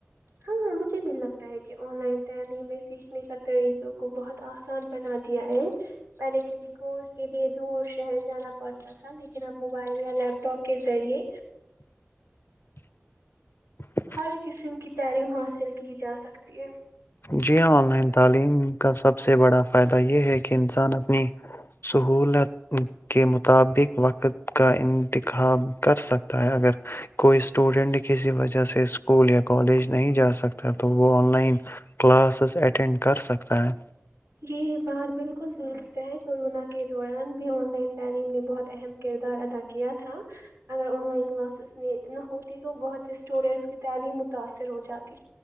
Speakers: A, on the right; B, on the left.
A: ہاں ہاں مجھے بھی لگتا ہے کہ آن لائن تعلیمیں سیکھنے کا طریقوں کو بہت آسان بنا دیا ہے پہلے کسی کورس کے لیے دور شہر جانا پڑتا تھا لیکن اب موبائل یا لیپ ٹاپ کے ذریعے
B: <inaudible> <inaudible>
A: ہر قسم کی تعلیم حاصل کی جا سکتی ہے
B: جی ہاں آن لائن تعلیم کا سب سے بڑا فائدہ یہ ہے کہ انسان اپنی سہولت کے مطابق وقت کا انتخاب کر سکتا ہے اگر کوئی اسٹوڈینٹ کسی وجہ سے اسکول یا کالج نہیں جا سکتا تو وہ آن لائن کلاسز اٹینڈ کر سکتا ہے
A: یہ بات بالکل درست ہے کورونا کے دوران بھی ان لائن تعلیم نے بہت اہم کردار ادا کیا تھا اگر آن لائن کلاسز میں نہ ہوتی تو بہت سے اسٹوڈینٹس کی تعلیم متاثر ہو جاتی